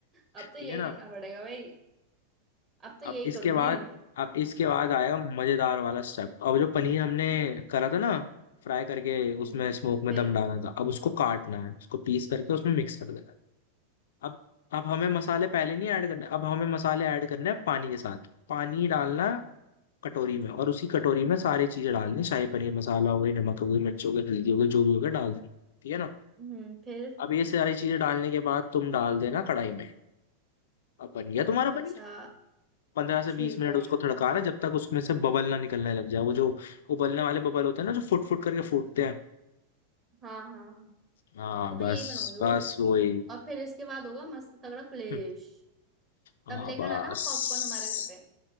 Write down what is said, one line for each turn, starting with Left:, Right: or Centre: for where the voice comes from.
Right: अब तो
Left: ठीक
Right: यही
Left: है ना
Right: करना पड़ेगा भाई अब तो यही
Left: अब इसके
Right: करूंगी
Left: बाद अब इसके बाद आएगा मजेदार वाला स्टेप अब जो पनीर हमने करा था ना फ्राई करके
Right: हम्म
Left: उसमें स्मोक में
Right: फिर
Left: दम डाला था अब उसको काटना है उसको पीस करके उसमें मिक्स कर देना है अब अब हमें मसाले पहले नहीं ऐड करने अब हमें मसाले ऐड करने हैं पानी के साथ पानी डालना है कटोरी में और उसी कटोरी में सारी चीजें डालनी शाही पनीर मसाला हो गई नमक हो गई मिर्च हो गई हल्दी हो गई जो भी हो गया डाल देना ठीक है ना
Right: हम्म फिर
Left: अब ये सारी चीजें डालने के बाद तुम डाल देना कढ़ाई में अब बन गया तुम्हारा
Right: अच्छा
Left: पनीर पंद्रह से
Right: ठीक
Left: बीस मिनट
Right: है
Left: उसको थड़का रहा है, जब तक उसमें से बबल ना निकलने लग जाए वो जो उबलने वाले बबल होते हैं ना जो फुट फुट करके फूटते हैं
Right: हाँ हाँ हाँ
Left: हाँ
Right: तो मैं
Left: बस
Right: यही बनाऊंगी भाई
Left: बस वही
Right: और फिर इसके बाद होगा मस्त तगड़ा क्लेश
Left: हम्म, हाँ
Right: तब लेकर
Left: बस
Right: आना पॉपकॉर्न हमारे घर पे